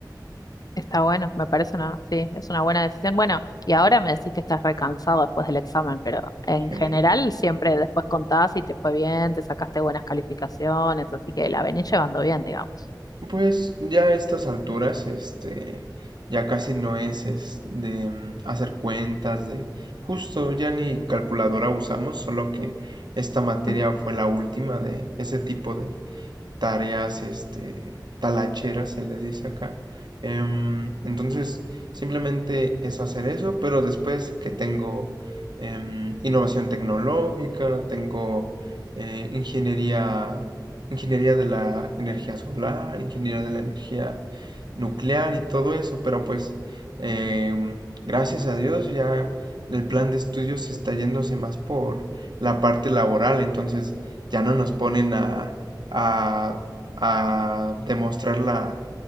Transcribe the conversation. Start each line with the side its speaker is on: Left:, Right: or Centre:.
Left: Está bueno, me parece una, sí, es una buena decisión. Bueno, y ahora me decís que estás recansado después del examen, pero en
Right: Sí.
Left: general siempre después contás si te fue bien, te sacaste buenas calificaciones, así que la venís llevando bien, digamos.
Right: Pues ya a estas alturas, este, ya casi no es, es de mm, hacer cuentas, de justo ya ni calculadora usamos, solo que esta materia
Left: <laughs>
Right: fue la última de ese tipo de, tareas, este, talacheras se les dice acá. Em, entonces, simplemente es hacer eso, pero después que tengo em, innovación tecnológica, tengo eh, ingeniería, ingeniería de la energía solar, ingeniería de la energía nuclear y todo eso, pero pues em, gracias a Dios ya el plan de estudios está yéndose más por la parte laboral, entonces ya no nos ponen a a, a demostrar la,